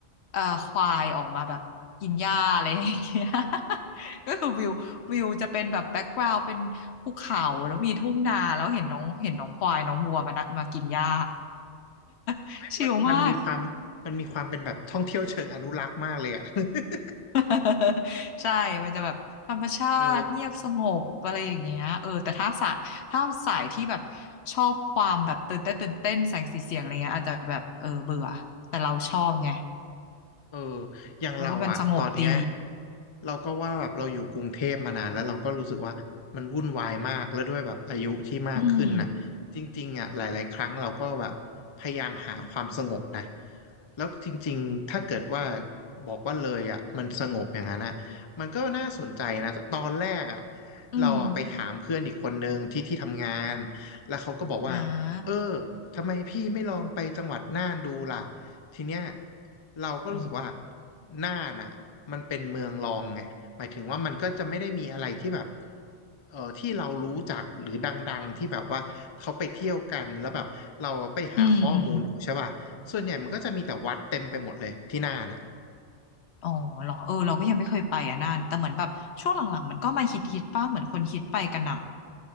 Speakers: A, on the left; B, on the left.
A: เอ่อควายออกมาแบบกินหญ้าอะไรอย่างเงี้ย <laughs> ก็คือวิว วิวจะเป็นแบบแบ็กกราว n ์เป็นภูเขาแล้วมีทุ่งนาแล้วเห็นน้องเห็นน้องควายน้องวัวมานะมากินหญ้า <laughs>
B: เฮ้ยมันมันมีความมันมีความเป็นแบบท่องเที่ยวเชิงอนุรักษ์มากเลยอ่ะ
A: ชิลมาก
B: <laughs>
A: <laughs> ใช่มันจะแบบธรรมชาติเงียบสงบอะไรอย่างเงี้ยเออแต่ถ้าสะถ้าสายที่แบบ
B: เออ
A: ชอบความแบบตื่นเต้นตื่นเต้นแสงสีเสียงอะไรเงี้ยอาจจะแบบเออเบื่อแต่เราชอบไง
B: เอออย่างเราอะตอนเนี้ย
A: แล้วว่ามันสงบดี
B: เราก็ว่าแบบเราอยู่กรุงเทพมานานแล้วเราก็รู้สึกว่ามันวุ่นวายมากแล้วด้วยแบบอายุที่มากขึ้นน่ะจริงๆอะหลายๆครั้งเราก็แบบพยายามหาความสงบนะ
A: อืม
B: แล้วจริงๆถ้าเกิดว่าบอกว่าเลยอะมันสงบอย่างนั้นอะมันก็น่าสนใจนะตอนแรกอะ
A: อืม
B: เราอะไปถามเพื่อนอีกคนนึงที่ที่ทำงานแล้วเขาก็บอกว่าเออ
A: อ่า
B: ทำไมพี่ไม่ลองไปจังหวัดน่านดูล่ะทีเนี้ย เราก็รู้สึกว่า
A: โอ้โห
B: น่านน่ะมันเป็นเมืองรองไงหมายถึงว่ามันก็จะไม่ได้มีอะไรที่แบบเออที่เรารู้จักหรือดังๆที่แบบว่าเขาไปเที่ยวกันแล้วแบบเราไปหาข้อมูลดูใช่ป่ะส่วนใหญ่มันก็จะมีแต่วัดเต็มไปหมดเลยที่น่านอ่ะ
A: อืมอืม อ๋อเหรอเออเราก็ยังไม่เคยไปอ่ะน่านแต่เหมือนแบบช่วงหลังๆมันก็มาฮิตฮิตป้าเหมือนคนฮิตไปกันอะ